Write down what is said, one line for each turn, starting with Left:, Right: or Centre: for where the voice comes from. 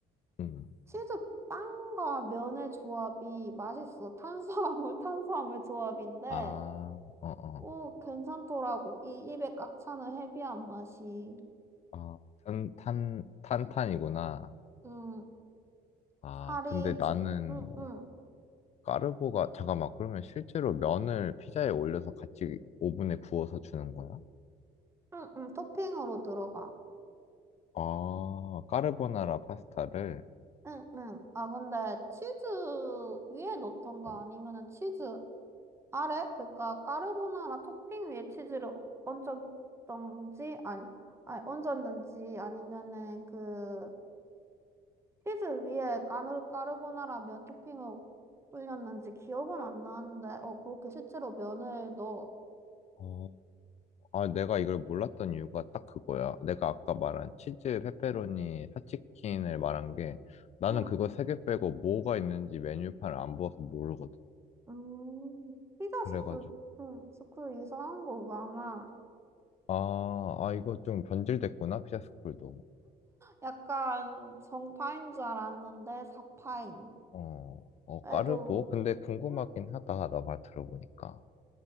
Left: 음.
Right: 치즈 빵과 면의 조합이 맛있어. 탄수화물, <laughs> 탄수화물 조합인데,
Left: 아, 어, 어.
Right: 오, 괜찮더라고. 이 입에 꽉 차는 헤비한 맛이.
Left: 아, 탄, 탄, 탄탄이구나.
Right: 음,
Left: 아,
Right: 살이
Left: 근데 나는
Right: 집, 응, 응,
Left: 까르보가, 잠깐만, 그러면 실제로 면을 피자에 올려서 같이 오븐에 구워서 주는 거야?
Right: 응, 응, 토핑으로 들어가.
Left: 아, 까르보나라 파스타를.
Right: 응, 응. 아, 근데 치즈 위에 넣던가
Left: 어,
Right: 아니면은 치즈 아래? 그러니까 까르보나라 토핑 위에 치즈를 얹었던지 아니, 아니 얹었는지 아니면은 그 치즈 위에 까르, 까르보나라 면 토핑을 올렸는지 기억은 안 나는데 어 그렇게 실제로 면을 넣어.
Left: 음. 아, 내가 이걸 몰랐던 이유가 딱 그거야. 내가 아까 말한 치즈, 페페로니, 핫치킨을 말한 게 나는
Right: 응.
Left: 그거 세 개 빼고 뭐가 있는지 메뉴판을 안 보아서 모르거든.
Right: 음, 피자
Left: 그래가지고.
Right: 스쿨, 응, 스쿨 이상한 거 많아.
Left: 아, 아, 이거 좀 변질됐구나, 피자스쿨도.
Right: 약간 정파인 줄 알았는데 사파인.
Left: 어, 어,
Right: 그래도
Left: 까르보? 근데 궁금하긴
Right: 응.
Left: 하다, 나 말 들어보니까.